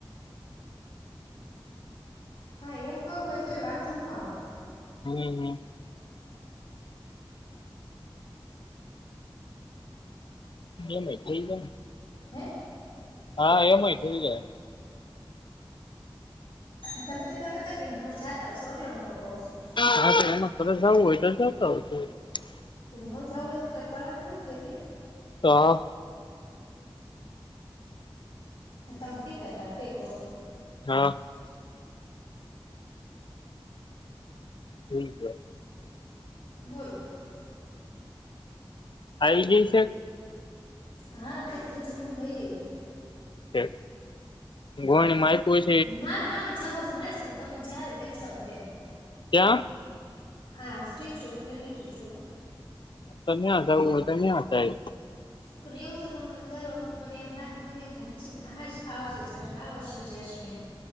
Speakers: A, on the left (about 85°); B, on the left (about 60°).
A: હા એમ કરવું એ તોય વાંધો ન આવે.
B: હમ્મ. મે મ થઇ જને
A: હે.
B: હા એમય થઈ જાય.
A: તમે. તે તને તા કે ઘર જાતા હશો એટલે હું તો કઉ છું.
B: હા તો એમાં ઘરે <unintelligible>
A: ન જવું હોય તો કઈ પરાણ ન કેતી
B: હા
A: તમે કેતા હતા તે કઉ છું.
B: હા થઇ જાય.
A: બોલો
B: આઈ ગઈ છે.
A: હા, બેન તો જમીન વય એવી
B: છે ઘોણીમાં આપ્યું
A: મારે હામે જાવું છે. હાચે, તમે, જ્યારે લઈ જાઓ. ત્યારે,
B: ક્યાં
A: આ સ્ટેચ્યુ ઓફ યુનિટી જોવા.
B: તો નહીતા ઉ તો નહી, આવતા એ
A: પણ, એવું તો, તમ દર વખતે મને એમ હા મને, એમ થા. હાસીને આહાસ આ વર્ષે જશુ આ વર્ષે જશુ એમ.